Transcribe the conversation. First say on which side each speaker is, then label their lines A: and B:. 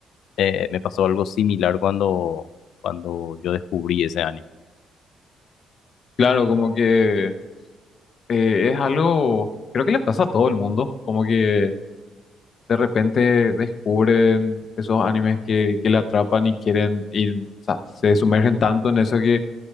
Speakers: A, on the left; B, on the left.
A: Eh, me pasó algo similar cuando, cuando yo descubrí ese anime.
B: Claro, como que eh, es algo, creo que le pasa a todo el mundo, como que de repente descubren esos animes que, que le atrapan y quieren, y, o sea, se sumergen tanto en eso que